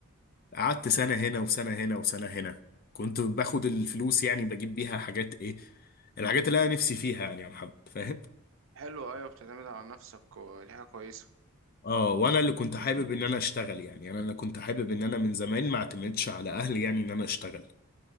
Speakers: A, on the left; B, on the right.
A: قعدت سنة هنا وسنة هنا وسنة هنا كنت باخد الفلوس يعني بجيب بيها حاجات ايه الحاجات اللي انا نفسي فيها يعني يا محمد فاهم
B: حلو ايوه بتعتمد على نفسك ودي حاجة كويسة
A: اه وانا اللي كنت حابب ان انا اشتغل يعني يعني انا اللي كنت حابب ان انا من زمان ما اعتمدش على اهلي يعني ان انا اشتغل